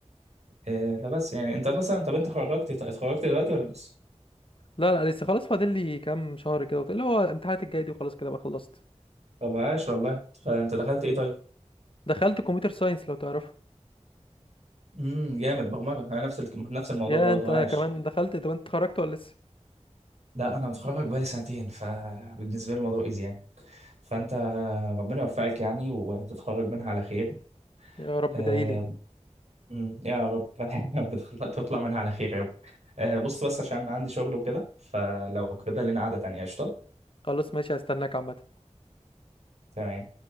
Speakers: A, on the right; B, on the left.
A: آه، فبس يعني انت مثلا طب انت خرجت اتخرجت دلوقتي ولا لسه
B: لا لا لسه خلاص فاضل لي كام شهر كده اللي هو الامتحانات الجاية دي وخلاص كده بقى خلصت
A: طب عاش والله آه، انت دخلت ايه طيب
B: دخلت كمبيوتر ساينس لو تعرفه
A: امم جامد برمجه انا نفس ال- نفس الموضوع
B: يا
A: برضو
B: انت
A: عاش
B: كمان دخلت طب انت اتخرجت ولا لسه
A: لا انا متخرج بقالي سنتين فبالنسبه لي الموضوع ايزي يعني فانت ربنا يوفقك يعني وتتخرج منها على خير
B: يا رب
A: آه،
B: ادعيلي
A: أمم، يا رب <laughs> يا رب تخلق- تطلع منها على خير يا رب آه، بص بس عشان عندي شغل وكده فلو كده لنا قعده تانيه قشطه
B: خلاص ماشي هستناك عامة
A: تمام